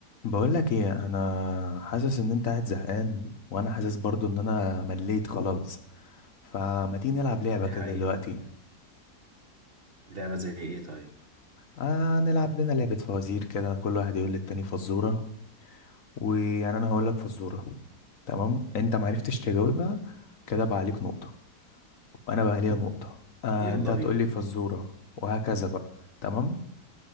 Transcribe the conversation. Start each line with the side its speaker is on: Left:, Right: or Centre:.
Left: بقولك ايه انا حاسس ان انت قاعد زهقان وانا حاسس برضو ان انا مليت خلاص فما تيجي نلعب لعبة
Right: دي
Left: كده
Right: حقيقة
Left: دلوقتي
Right: لعبة زي ايه طيب
Left: آه نلعب لنا لعبة فوازير كده كل واحد يقول للتاني فزورة ويعني انا هقولك فزورة تمام انت معرفتش تجاوبها كده بقى عليك نقطة وانا بقى عليا نقطة آه
Right: يلا
Left: انت هتقولي
Right: بينا
Left: فزورة وهكذا بقى تمام